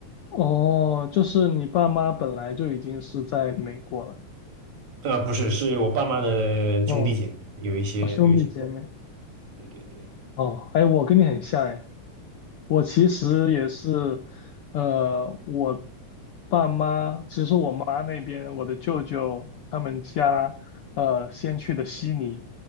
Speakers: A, on the left (about 80°); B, on the right (about 60°).
A: 哦，就是你爸妈本来就已经是在美国了。
B: 呃，不是，是我爸妈的兄弟姐妹，
A: 哦，
B: 有一些有一些过来，
A: 啊，兄弟姐妹。
B: 对对对，
A: 哦，哎，我跟你很像哎。我其实也是，呃，我爸妈，其实我妈那边，我的舅舅他们家，呃，先去的悉尼，